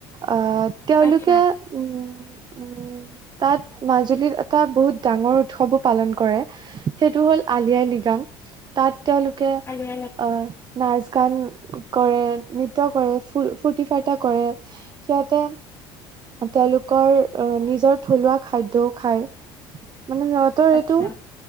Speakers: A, on the right (about 40°); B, on the left (about 20°).
A: আহ তেওঁলোকে
B: আচ্ছা
A: উম। উম তাত মাজুলীত এটা বহুত। ডাঙৰ উৎসৱো পালন কৰে সেইটো হ'ল আলি আই লৃগাং। তাত তেওঁলোকে
B: আচ্ছা
A: আহ নাচ। কাৰণ। কৰে নৃত্য কৰে ফ ফূৰ্তি ফাৰ্তা কৰে সিহঁতে। তেওঁলোকৰ নিজৰ থলুৱা খাদ্যও খায়। মানে সিহঁতৰ এইটো।
B: আচ্ছা